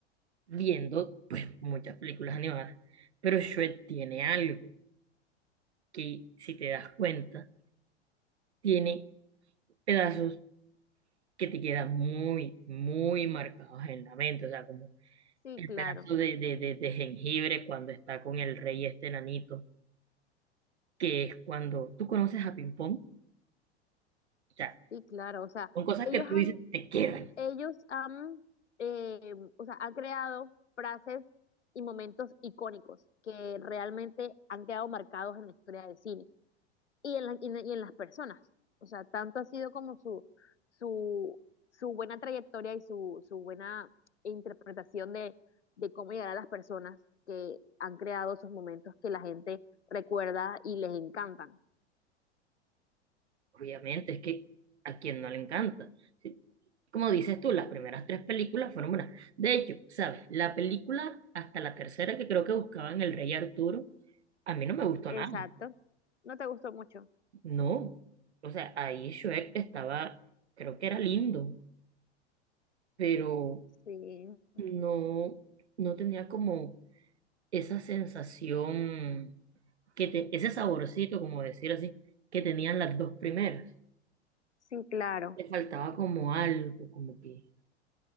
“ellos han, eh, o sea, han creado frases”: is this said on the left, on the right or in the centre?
Left